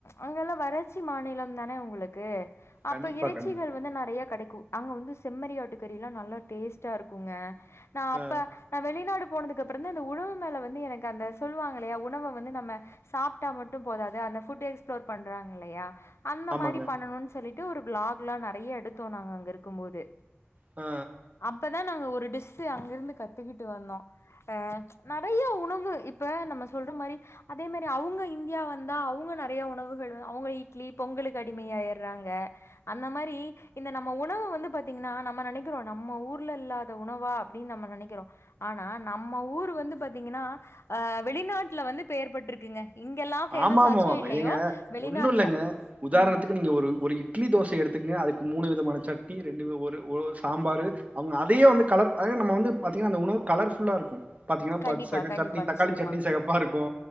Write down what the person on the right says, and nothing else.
கண்டிப்பா
கண்டிப்பா
ஆ
ஆமாங்க
ஆ
ஆமா ஆமாமா
ஏங்க
ஒண்ணு இல்லங்க உதாரணத்துக்கு
நீங்க ஒரு ஒரு இட்லி தோசய எடுத்துக்கங்க அதுக்கு மூணு விதமான சட்னி ரெண்டு ஒரு ஒர் சாம்பாரு அவங்க அதயே வந்து கலர் அத நம்ம வந்து பாத்தீங்கன்னா அந்த உணவு கலர்ஃபுல்லாருக்கு பாத்தீங்கன்னா
பத் செக
சட்னி தக்காளி
சட்னி சிகப்பாருக்கு